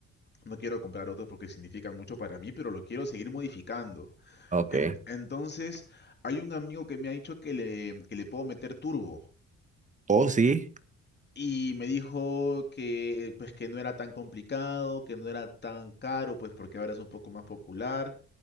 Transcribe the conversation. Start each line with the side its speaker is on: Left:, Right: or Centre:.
Left: no quiero comprar otro porque significa mucho para mí, pero lo quiero seguir modificando.
Right: ok.
Left: En- entonces, hay un amigo que me ha dicho que le, que le puedo meter turbo.
Right: Oh, sí.
Left: Y me dijo que eh, pues que no era tan complicado, que no era tan caro, pues porque ahora es un poco más popular,